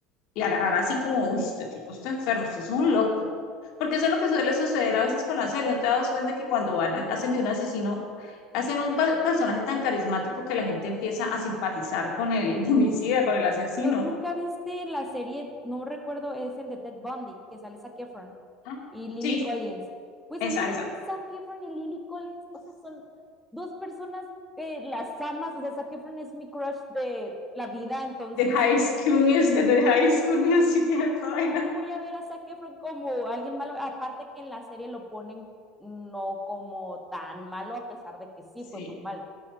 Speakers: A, on the left (about 60°); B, in the centre.
A: le agarrará así como, uy, este tipo está enfermo, esto es un loco. Porque eso es lo que suele suceder a veces con las series. ¿No te das cuenta que cuando van, eh, hacen de un asesino, hacen un pa- personaje tan carismático que la gente empieza a simpatizar con el <laughs> homicida,
B: Y
A: con el asesino?
B: no, nunca viste la serie, no recuerdo, es el de Ted Bundy, que sale Zac Efron.
A: Ah,
B: y Lily
A: Sí,
B: Collins. Pues
A: esa,
B: obviamente
A: esa.
B: Zac Efron y Lily Collins, o sea, son dos personas que las amas, o sea, Zac Efron es mi crush de la vida, entonces,
A: De High School Music, de High School Music, <laughs> esa vaina.
B: ¿cómo voy a ver a Zac Efron como alguien malo? Aparte que en la serie lo ponen no como tan malo, a pesar de que sí
A: Sí,
B: fue muy malo.